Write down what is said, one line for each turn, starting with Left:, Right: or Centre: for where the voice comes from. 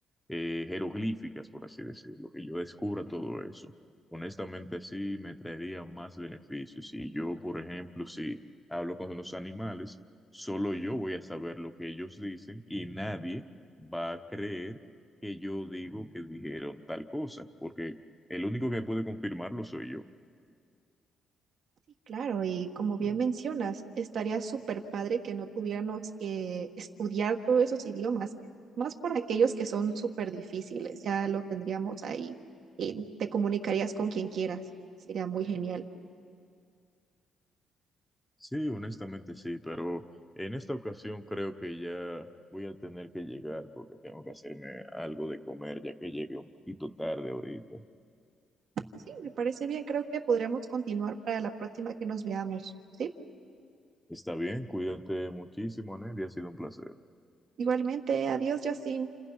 Centre: eh, jeroglíficas, por así decirlo, que yo descubra todo eso. Honestamente, sí me traería más beneficios. Si yo, por ejemplo, si hablo con los animales, solo yo voy a saber lo que ellos dicen y nadie va a creer que yo digo que dijeron tal cosa, porque el único que puede confirmarlo soy yo.
Right: Claro, y como bien mencionas, estaría súper padre que no tuviéramos que estudiar todos esos idiomas, más por aquellos que son súper difíciles, ya lo tendríamos ahí y te comunicarías con quien quieras, sería muy genial.
Centre: Sí, honestamente sí, pero en esta ocasión creo que ya voy a tener que llegar porque tengo que hacerme algo de comer ya que llegué un poquito tarde ahorita.
Right: Sí, sí, me parece bien, creo que podríamos continuar para la próxima que nos veamos, ¿sí?
Centre: Está bien, cuídate muchísimo, Nelly, ha sido un placer.
Right: Igualmente, adiós, Justin.